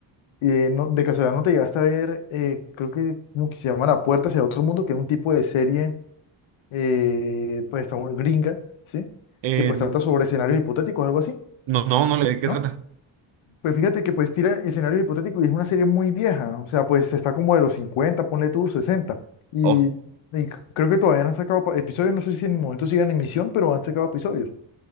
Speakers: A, on the left; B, on the right.
A: eh, no- de casualidad no te llegaste a ver, eh, creo que como que se llama La Puerta hacia otro mundo, que era un tipo de serie eh, pues famo- gringa, ¿sí?
B: Eh,
A: Que pues trata sobre escenarios hipotéticos, algo así,
B: no, no, no, le- ¿de qué
A: ¿no?
B: trata?
A: Pues fíjate que pues tira escenarios hipotéticos y es una serie muy vieja, o sea, pues está como de los 50, ponle tú sesenta Y,
B: Oh,
A: y c- creo que todavía no han sacado pa- episodios, no sé si en el momento sigan en emisión, pero han sacado episodios,